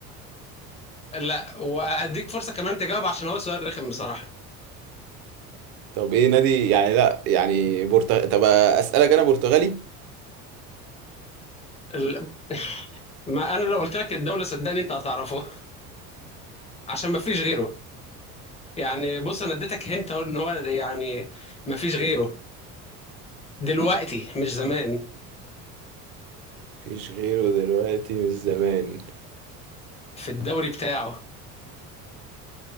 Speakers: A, on the left (about 15°); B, on the right (about 50°).
A: لا وهديك فرصه كمان تجاوب عشان هو سؤال رخم بصراحه
B: طب ايه نادي يعني لا يعني برتغ... طب اسألك انا برتغالي
A: ال- ما انا لو قلت لك الدوله صدقني انت هتعرفه عشان ما فيش غيره يعني بص انا اديتك هنت اهو ان هو يعني ما فيش غيره دلوقتي مش زمان
B: مفيش غيره دلوقتي من زمان
A: في الدوري بتاعه